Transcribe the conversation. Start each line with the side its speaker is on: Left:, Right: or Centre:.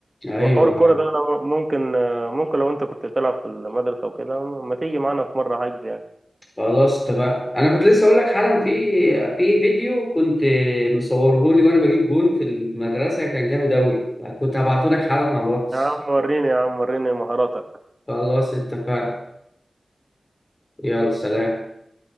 Left: أيوه
Right: وحوار الكوره ده انا م- ممكن آه، ممكن لو انت كنت بتلعب في المدرسه وكده ما تيجي معانا في مره حجز يعني
Left: خلاص اتفقنا انا كنت لسه اقول لك حالا في في فيديو كنت مصوره لي وانا بجيب جون في المدرسه كان جامد اوي كنت هبعته لك حالا على الواتس
Right: يا عم وريني يا عم وريني مهاراتك
Left: خلاص اتفقنا يلا سلام